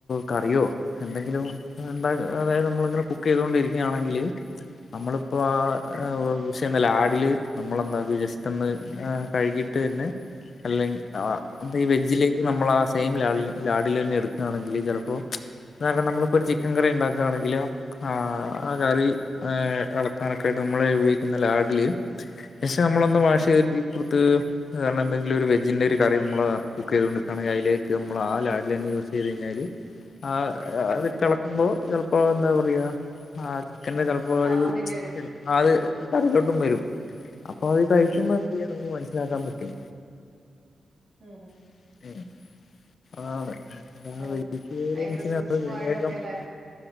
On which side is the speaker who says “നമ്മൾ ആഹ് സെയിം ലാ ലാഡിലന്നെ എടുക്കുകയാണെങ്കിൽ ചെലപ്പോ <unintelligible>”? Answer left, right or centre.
Left